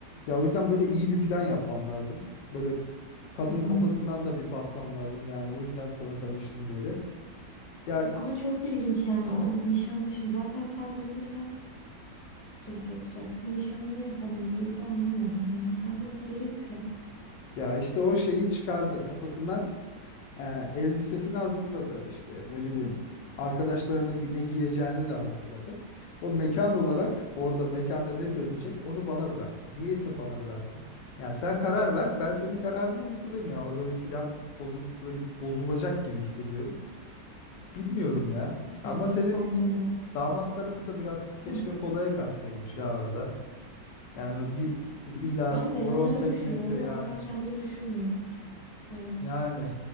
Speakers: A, on the left (about 80°); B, on the left (about 35°).
A: Ya o yüzden böyle iyi bir plan yapmam lazım. Böyle kadın
B: Hmm.
A: kafasından da bir bakmam lazım. Yani o yüzden sana danıştım böyle. Ya,
B: Ama çok ilginç yani o nişanlaşım. Zaten sen düğünü sen stres yapacaksın. Nişanı niye sana yükledi anlamadım ya. Sen de ona geri yükle.
A: ya işte o şeyi çıkardı kafasından. Ee, elbisesini hazırladı işte ne bileyim arkadaşlarının ne giyeceğini de hazırladı. O mekan olarak orada mekanda ne dönecek onu bana bıraktı. Niyeyse bana bıraktı. Yani sen karar ver ben senin kararını uygulayayım ya orada bir plan bozu böyle bir bozulacak gibi hissediyorum. Bilmiyorum ya ama
B: Evet
A: senin
B: bence de.
A: damat tarafı da biraz keşke
B: Hı.
A: kolaya kaçsaymış ya orada. Yani bir illa
B: Yani
A: horon
B: ben onları
A: tepmek
B: düşünüyorum.
A: de yani
B: Onlar kendini düşünmüyor. Evet.
A: Yani